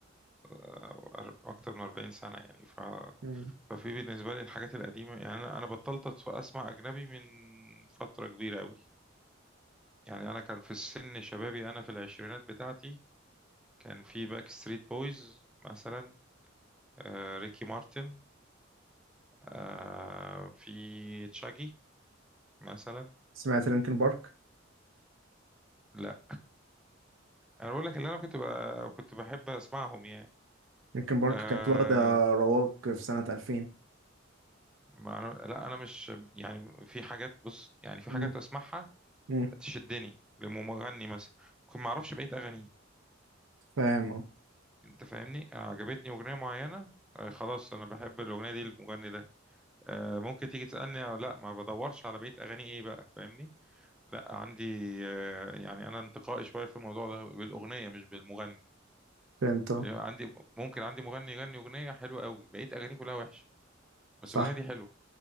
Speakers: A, in the centre; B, on the right (about 70°).
A: آه، اكتر من 40 سنه يعني ف...
B: مم.
A: ففي بالنسبه لي الحاجات القديمه يعني انا انا بطلت أتف- اسمع اجنبي من فتره كبيره قوي يعني انا كان في السن شبابي انا في العشرينات بتاعتي كان في باك ستريت بويز مثلا آه، ريكي مارتن آه، في تشاجي مثلا
B: سمعت لينكن بارك
A: لا انا بقول لك اللي انا كنت ب... كنت بحب اسمعهم يعني
B: لينكن بارك
A: أه...
B: كانت واخدة رواج في سنة 2000
A: ما أنا... لا انا مش يعني في حاجات بص يعني في
B: مم.
A: حاجات اسمعها
B: مم.
A: تشدني لمغني مثلا ممكن ما اعرفش بقيه اغانيه
B: فاهم اه
A: انت فاهمني عجبتني اغنيه معينه أه خلاص انا بحب الاغنيه دي المغني ده أه ممكن تيجي تسالني آه، لا ما بدورش على بقيه اغانيه ايه بقى فاهمني لا عندي أه يعني انا انتقائي شويه في الموضوع ده بالاغنيه مش بالمغني
B: فهمت اه
A: عندي ممكن عندي مغني يغني اغنيه حلوه قوي بقيت اغانيه كلها وحشه بس
B: صح
A: الاغنيه دي حلوه